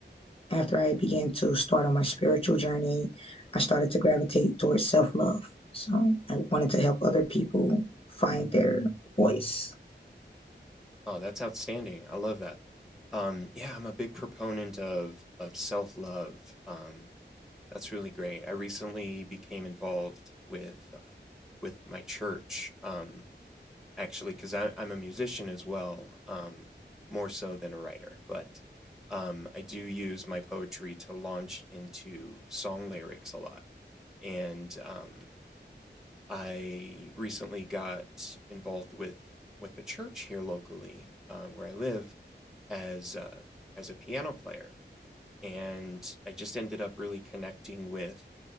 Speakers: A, on the left; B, in the centre.
A: after I began to start on my spiritual journey, I started to gravitate towards self love. So I wanted to help other people find their voice.
B: Oh, that's outstanding. I love that. Um, yeah, I'm a big proponent of of self-love. Um, that's really great. I recently became involved with uh, with my church, um, actually, because I'm a musician as well, um, more so than a writer. But um, I do use my poetry to launch into song lyrics a lot, and um, I recently got involved with with the church here locally uh, where I live as uh, as a piano player, and I just ended up really connecting with